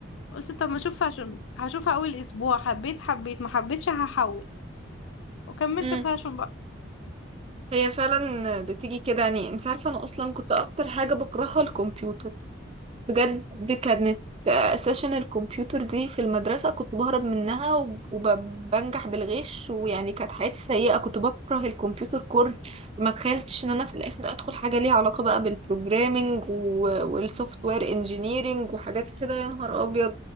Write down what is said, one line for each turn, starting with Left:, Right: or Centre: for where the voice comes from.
Left: قلت طب ما اشوف فاشن هشوفها اول اسبوع حبيت حبيت ما حبيتش هحول وكملت
Right: امم
Left: فاشن بقى
Right: هي فعلا بتيجي كده يعني انت عارفه انا اصلا كنت اكتر حاجه بكرهها الكمبيوتر بجد كانت سيشن الكمبيوتر دي في المدرسه كنت بهرب منها وب- وبنجح بالغش ويعني كانت حياتي سيئه كنت بكره الكمبيوتر كره ما تخيلتش ان انا في الاخر ادخل حاجه ليها علاقه بقى بالبروجرامينج والسوفت وير انجينيرينج وحاجات كده يا نهار ابيض